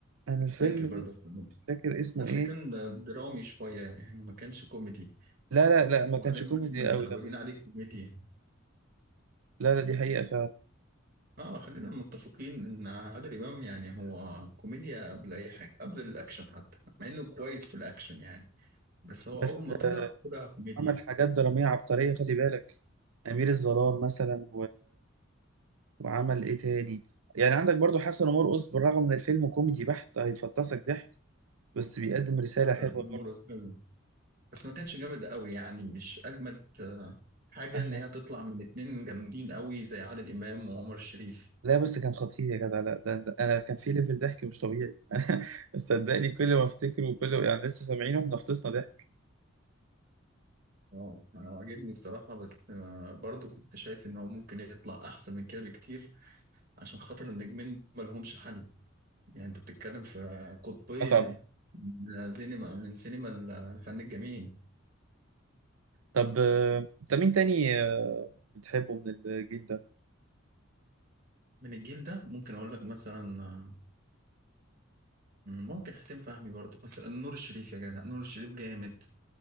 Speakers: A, on the right; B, on the right.
A: أنا الفيلم
B: فاكر برضه
A: ده
B: الفيلم.
A: مش فاكر اسمه
B: بس
A: إيه
B: كان ده درامي شوية يعني ما كانش كوميدي
A: لا لا لا ما
B: وعادل
A: كانش
B: إمام
A: كوميدي
B: كنا
A: قوي
B: متعودين
A: ده
B: عليه كوميديا
A: لا لا دي حقيقة فعلا
B: اه خلينا متفقين ان عادل امام يعني هو كوميديا قبل اي حاجه قبل الاكشن حتى مع انه كويس في الاكشن يعني بس هو
A: بس
B: اول ما طلع
A: آه،
B: طلع كوميديا
A: عمل حاجات درامية عبقرية خلي بالك أمير الظلام مثلا وعمل ايه تاني يعني عندك برضو حسن ومرقص بالرغم من الفيلم كوميدي بحت هيفطسك ضحك بس بيقدم رسالة
B: حسن
A: حلوة
B: مرة
A: برضو
B: فيلم بس ما كانش جامد قوي يعني مش اجمد آه، حاجه
A: آه.
B: ان هي تطلع من اتنين جامدين قوي زي عادل امام وعمر الشريف
A: لا بس كان خطير يا جدع لا ده, ده انا كان في ليفل ضحك مش طبيعي <laughs> صدقني كل ما افتكره وكل يعني لسه سامعينه احنا فطسنا ضحك
B: اه انا عاجبني بصراحه بس آه، برضو كنت شايف ان هو ممكن يطلع احسن من كده بكتير عشان خاطر النجمين ما لهمش حل يعني انت بتتكلم في قطبين
A: اه طبعا
B: من سينما من سينما الفن الجميل
A: طب آه، انت مين تاني آه، بتحبه من الجيل ده
B: من الجيل ده ممكن اقول لك مثلا آه، ممكن حسين فهمي برضه بس نور الشريف يا جدع نور الشريف جامد